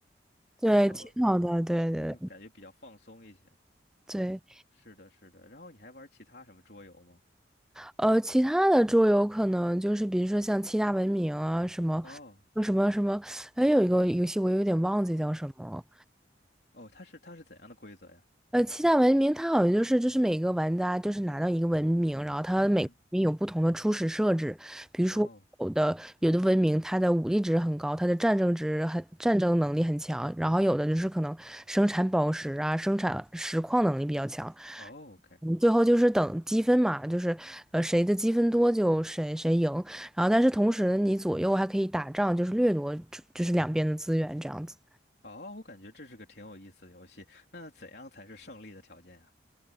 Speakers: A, in the centre; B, on the left.
A: 对，
B: 然后
A: 挺好的，对对
B: 就就感觉比较放松一些。
A: 对。
B: 是的，是的。然后你还玩其他什么桌游吗？
A: 呃，其他的桌游可能就是比如说像七大文明啊，什么
B: 哦
A: 什么什么，哎，有一个游戏我有点忘记叫什么，
B: 哦，它是它是怎样的规则呀？
A: 呃，七大文明它好像就是就是每个玩家就是拿到一个文明，然后它每个文明有不同的初始设置，
B: 嗯，
A: 比如说有的有的文明它的武力值很高，
B: 哦
A: 它的战争值很战争能力很强，然后有的就是可能生产宝石啊，生产石矿能力比较强。
B: 哦，OK，
A: 嗯最后就是等积分嘛，就是呃谁的积分多就谁谁赢，然后但是同时你左右还可以打仗，就是掠夺就是两边的资源这样子。
B: 哦，我感觉这是个挺有意思的游戏。那怎样才是胜利的条件呀？